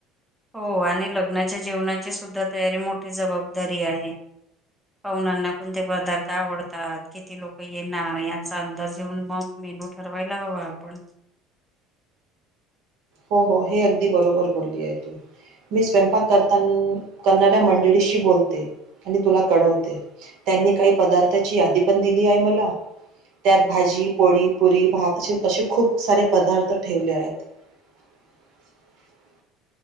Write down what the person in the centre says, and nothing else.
हो आणि लग्नाच्या जेवणाची सुद्धा तयारी मोठी जबाबदारी आहे. पाहुण्यांना कोणते पदार्थ आवडतात. किती लोक येणार. याचा अंदाज येऊन मग मेनू ठरवायला हवा आपण.